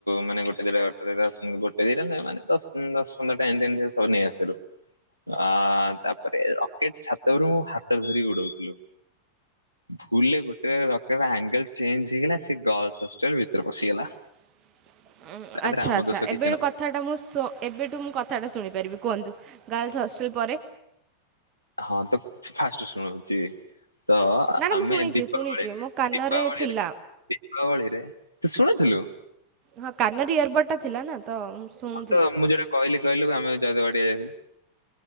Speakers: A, on the right; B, on the right.
A: ମାନେ ଗୋଟେ ଦିଟା <unintelligible> ଗୋଟେ ଦିନରେ ନାଇଁ ମାନେ ଦଶ ଦଶ ପନ୍ଦରଟା ଟାଇମ ଏମିତି ସବୁ ନେଇ ଆସିଲୁ ଅ ତାପରେ ରକେଟ ଛାତରୁ ମୁଁ ହାତ ଧରିିକି ଉଡଉଥିଲୁ ଭୁଲ ରେ ଗୋଟେ ରକେଟ ଆଙ୍ଗେଲ ଚେଞ୍ଜ ହେଇଗଲା ସେ ଗାର୍ଲ୍ସ ହଷ୍ଟେଲ ଭିତରେ ପଶିଗଲା
B: <unintelligible>
A: ତାରେ
B: ଆଚ୍ଛା
A: ଆମ
B: ଆଚ୍ଛା
A: ଦୋଷକି
B: ଏବେ କଥାଟା ମୁଁ ଏବେଠୁ ମୁଁ କଥାଟା ଶୁଣିପାରିବି କୁହନ୍ତୁ ଗାର୍ଲସ୍ ହଷ୍ଟେଲ୍ ପରେ
A: ହଁ ତ ଫାଷ୍ଟରୁ ଶୁଣଉଛି ତ
B: ନା ନା
A: ଆମେ
B: ମୁଁ ଶୁଣିଛି
A: ଦୀପାବଳିରେ
B: ଶୁଣିଛି ମୋ କାନରେ
A: ଦୀପାବଳିରେ
B: ଥିଲା।
A: ଦୀପାବଳିରେ ତୁ ଶୁଣୁଥିଲୁ
B: ହଁ କାନରେ ଏୟାରକୋଡ୍ ଟା ଥିଲା ନା ତ ମୁ ଶୁଣୁଥିଲି
A: ହଁ ତ ମୁଁ ଯୋଉଟା କହିଲି କହିଲୁ ଆମେ <unintelligible>